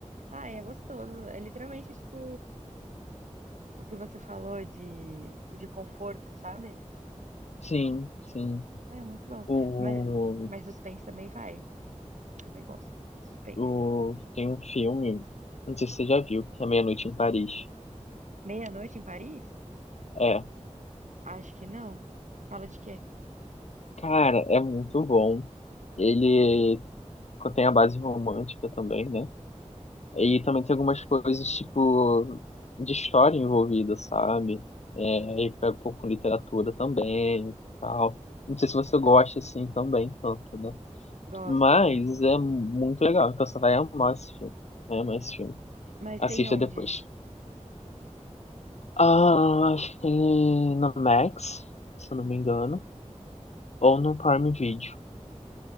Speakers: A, on the right; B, on the left.
A: Ah, é gostoso. É literalmente, tipo, o que você falou de, de conforto, sabe?
B: Sim, sim.
A: É muito bom.
B: O,
A: Mas, mas suspense também vai. Também gosto. Suspense.
B: o, tem um filme, não sei se você já viu, que é Meia-Noite em Paris.
A: Meia-noite em Paris?
B: é
A: Acho que não. Fala de quê?
B: Cara, é muito bom. Ele tem a base romântica também, né? E também tem algumas coisas, tipo, de história envolvida, sabe? É, e pega um pouco com literatura também e tal. Não sei se você gosta, assim, também, tanto, né?
A: Gosto
B: Mas
A: também.
B: é muito legal, então você vai amar esse filme. Vai amar esse filme.
A: Mas
B: Assista
A: tem onde?
B: depois. Ah, acho que tem na Max, se eu não me engano, ou no Prime Video.